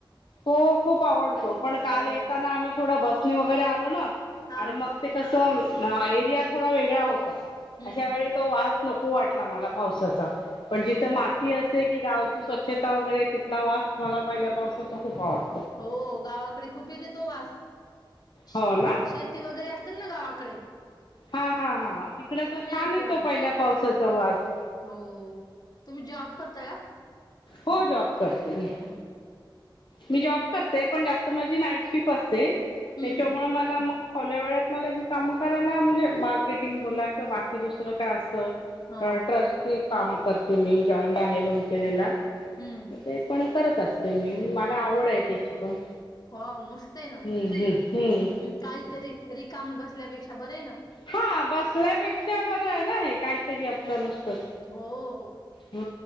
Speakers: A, on the left; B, on the left.
A: हो खूप आवडतो पणं काल
B: हो
A: येताना आम्हीं थोड्या बसनी वगैरें आलों नां
B: हा
A: आणि मगं ते कसं एरियात थोडा वेगळा होता
B: हम्म
A: अशा वेळी तो वास नको वाटला मला पावसाचा पणं
B: हा
A: जिथे मा ती असते कीं गावची स्वच्छता वगैरें तिथला वांस मला पहिल्यां पावसाचा खूप आवडतो
B: हो गावाकडे खूप येते तो वास शेत
A: हो ना
B: शेती वगैरे असतील नां गावांकडे
A: हां, हां, हां तिकडं तो छान
B: आपल्या
A: येतो
B: एवढे
A: पहिल्या पावसाचा वांस
B: हो तुम्हीं जॉब करतां कां
A: हो जॉब
B: हम्मं
A: करते मी मी जॉब करते पणं जास्तं माझी नाईट शिफ्ट असते
B: हम्म
A: त्यांच्यामुळे मला मगं फावल्या वेळांत मला ही काम करायला म्हणजे मार्केटिंग बोला किंवा बाकी दुसरं कायं असतं
B: हा
A: ट्रस्टचे कामं करते मी जॉइंट आहे दोन केलेला
B: हम्म
A: ते पणं करत असते मी मला आवड आहे त्याची पण
B: हा मस्त हे ना
A: हम्म हम्म हम्म
B: काहीतरी रिकाम बसल्यापेक्षा बर हे ना
A: हा बसल्यापेक्षा बरं आहे ना हे काहीतरी आपलं नुसतं
B: हो, हो
A: ह